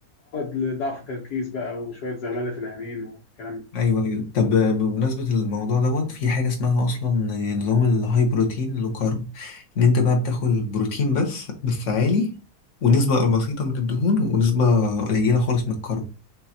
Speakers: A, on the left; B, on the left.
A: لضعف تركيز بقى وشويه زغلله في العينين والكلام ده
B: ايوه ايوه طب بمناسبه الموضوع دوت في حاجه اسمها اصلا نظام الهاي بروتين لو كارب ان انت بقى بتاكل بروتين بس بس عالي ونسبه بسيطه من الدهون ونسبه قليله خالص من الكارب